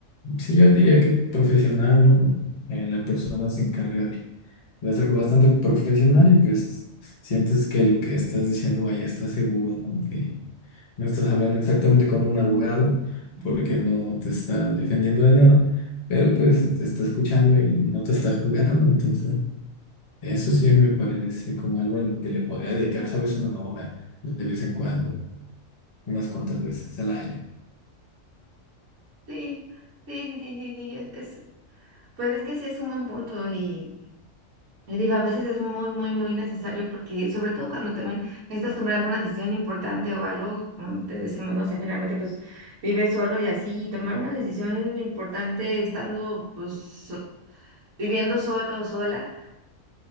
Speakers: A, on the left; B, on the right.
A: sí, yo diría que profesional, ¿no? Eh, la persona se encarga de, de hacerlo bastante profesional y pues sientes que lo que estás diciendo, vaya, estás seguro, ¿no? Que no estás hablando exactamente con un abogado
B: <laughs>
A: porque no te está defendiendo de nada, pero pues te está escuchando y no te está juzgando, entonces... Eso sí me parece como algo en lo que le podría dedicar, ¿sabes? Una hora de vez en cuando, unas cuantas veces al año.
B: Sí, sí, sí, sí, sí, sí, es, es- pues es que sí es un buen punto y... Y digo, a veces es muy, muy, muy necesario porque, sobre todo cuando también necesitas tomar alguna decisión importante o algo, como te decimos, no sé, finalmente pues vives solo y así, y tomar una decisión importante estando pues so- viviendo solo o sola,